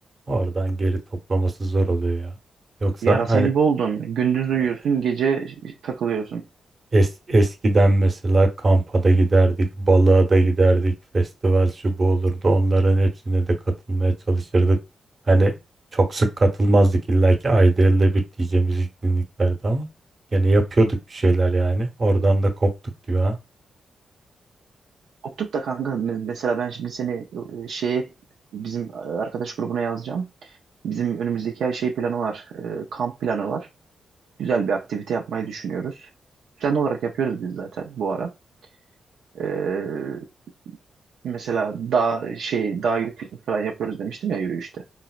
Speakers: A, on the right (about 45°); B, on the right (about 80°).
A: Oradan geri toplaması zor oluyor ya. Yoksa
B: Yarasa
A: hani
B: gibi oldun. Gündüz uyuyorsun,
A: e,
B: gece takılıyorsun.
A: Es, eskiden mesela kampa da giderdik, balığa da giderdik, festival şu bu olurdu. Onların hepsine de katılmaya çalışırdık. Hani çok sık katılmazdık illa ki ayda yılda bir diyeceğimiz etkinliklerdi ama gene yapıyorduk bir şeyler yani. Oradan da koptuk gibi ha.
B: Koptuk da kanka me- mesela ben şimdi seni e, şeye bizim arkadaş grubuna yazacağım. Bizim önümüzdeki ay şey planı var. e, Kamp planı var. Güzel bir aktivite yapmayı düşünüyoruz. Düzenli olarak yapıyoruz biz zaten bu ara. E, mesela dağ şey dağ gidip piknik falan yapıyoruz demiştim ya yürüyüşte.